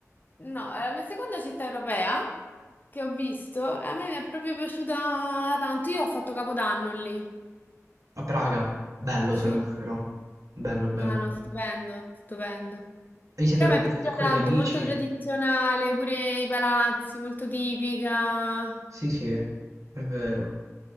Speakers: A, on the left (about 35°); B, on the right (about 75°).
A: no, la mia seconda città europea che ho visto e a me mi è proprio piaciuta tanto. Io ho fatto Capodanno lì.
B: A Praga, bello
A: Sì,
B: secondo me però, bello bello.
A: no, no,
B: E
A: stupendo, stupendo.
B: vi siete
A: Però
B: organizzati
A: mi è piaciuta
B: con
A: tanto,
B: gli amici?
A: molto tradizionale, pure i palazzi, molto tipica.
B: Sì sì, è vero.